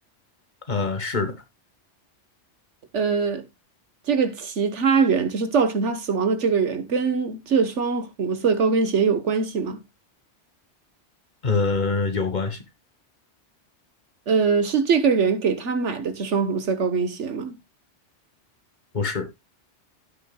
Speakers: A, on the left; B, on the right.
A: 呃，是的，
B: 呃，这个其他人就是造成他死亡的这个人，跟这双红色高跟鞋有关系吗？
A: 呃，有关系，
B: 呃，是这个人给他买的这双红色高跟鞋吗？
A: 不是。